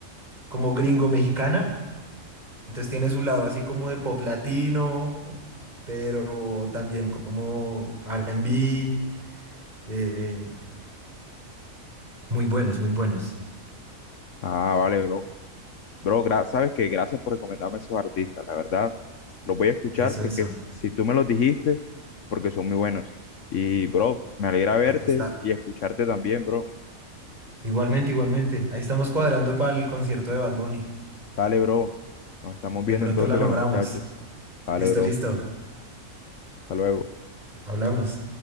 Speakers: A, on the right (about 30°); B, on the left (about 65°).
A: como gringo-mexicana. Entonces tiene su lado así como de pop latino, pero también como R&B. eh, eh, muy buenos, muy buenos.
B: Ah, vale, bro. Bro, gra- sabes que gracias por recomendarme esos artistas. La verdad, los voy a escuchar
A: Eso,
B: porque
A: eso.
B: s- si tú me los dijiste, porque son muy buenos. Y, bro, me alegra verte
A: Aquí está.
B: y escucharte también, bro.
A: Igualmente, igualmente. Ahí estamos cuadrando para el concierto de Bad Bunny.
B: Dale, bro. Nos estamos
A: De
B: viendo
A: pronto
B: entonces
A: la logramos.
B: con los muchachos. Dale,
A: Listo,
B: bro.
A: listo.
B: Hasta luego.
A: Hablamos.